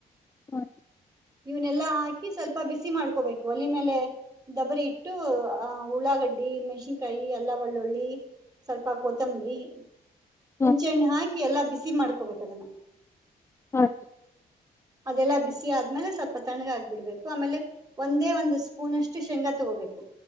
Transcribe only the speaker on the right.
ಇವನೆಲ್ಲಾ ಹಾಕಿ ಸ್ವಲ್ಪ ಬಿಸಿ ಮಾಡ್ಕೋಬೇಕು ಒಲೆ ಮೇಲೆ ದಬ್ಬರಿ ಇಟ್ಟು ಆಹ ಉಳ್ಳಾಗ. ಡ್ಡಿ ಮೆಣಸಿನ್ಕಾಯಿ ಎಲ್ಲ ಒಳ್ಳೊಳ್ಳಿ. ಸ್ವಲ್ಪ ಕೊತ್ತಂಬರಿಿ ಹುಂಚೆ
ಹಣ್ಣ ಹಾಕಿ. ಎಲ್ಲಾ ಬಿಸಿ ಮಾಡ್ಕೋಬೇಕ ಅದನ್ನ
ಅದೆಲ್ಲ ಬಿಸಿ ಆದ್ಮೇಲೆ ಸ್ವಲ್ಪ ತಣ್ಣಗ ಹಾಕ್ಬಿಡ್ಬೇಕು ಆಮೇಲೆ ಒಂದೇ ಒಂದು ಸ್ಪೂನ್ ಅಷ್ಟು ಶೇಂಗಾ ತಗೋಬೇಕು.